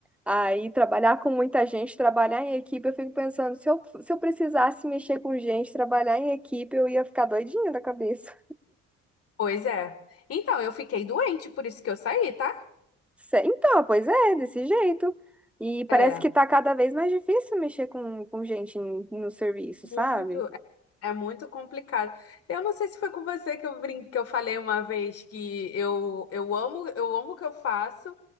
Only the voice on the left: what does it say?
Pois é. Então, eu fiquei doente, por isso que eu saí, tá?
É.
Muito,
é é muito complicado. Eu não sei se foi com você que eu brinquei, que eu falei uma vez que eu, eu amo, eu amo o que eu faço,